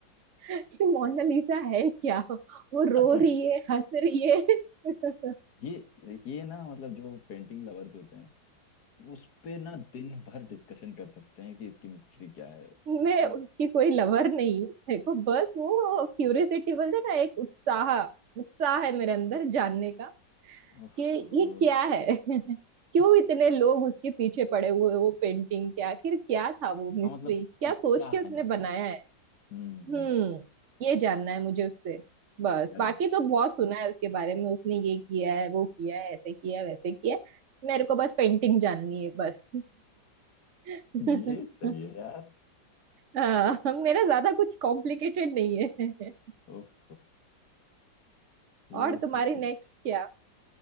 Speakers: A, on the right; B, on the left.
A: कि मोनालिसा है क्या वो रो
B: अच्छा
A: रही है हंस रही है <laughs>
B: ये ये ना मतलब जो पेंटिंग लवर्स होते हैं उस पे ना दिन भर डिस्कशन कर सकते हैं कि इसकी मिस्ट्री क्या है
A: मैं
B: इसमें
A: उसकी कोई लवर नहीं हूँ देखो बस वो क्यूरियोसिटी बोलते हैं ना एक उत्साह उत्साह है मेरे अंदर जानने का
B: उफ,
A: कि
B: हाँ
A: ये क्या है <laughs> क्यों इतने लोग उसके पीछे पड़े हुए हैं, वो पेंटिंग के आखिर क्या था वो मिस्ट्री
B: मतलब
A: क्या
B: कुछ
A: सोच
B: क्या
A: के उसने
B: है इसमें
A: बनाया है
B: हम्म
A: हम्म ये जानना है मुझे उससे बस
B: यार
A: बाकी तो बहुत सुना है उसके बारे में उसने ये किया है वो किया है ऐसे किया है वैसे किया है मेरे को बस पेंटिंग जाननी है बस <laughs>
B: ये सही है यार
A: हाँ मेरा ज्यादा कुछ कॉम्प्लिकेटेड नहीं है <laughs>
B: उफ ये
A: और
B: तो
A: तुम्हारी
B: कुछ
A: नेक्स्ट क्या